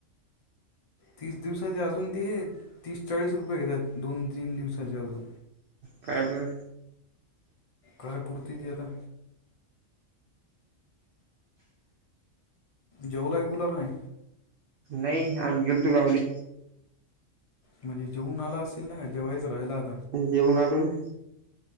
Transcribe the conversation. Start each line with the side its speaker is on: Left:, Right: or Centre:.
Left: तीस दिवसाचे अजून ते, तीस चाळीस रुपये घेतात दोन तीन दिवसाचे अजून.
Right: काय ब.
Left: काय, पुरती ते आता. जेवला बिवला नाय.
Right: नाही आम्ही गेलतो गावाले.
Left: म्हणजे जेऊन आला असेल ना, का जेवायच राहिलात?
Right: जेऊन आलो ना.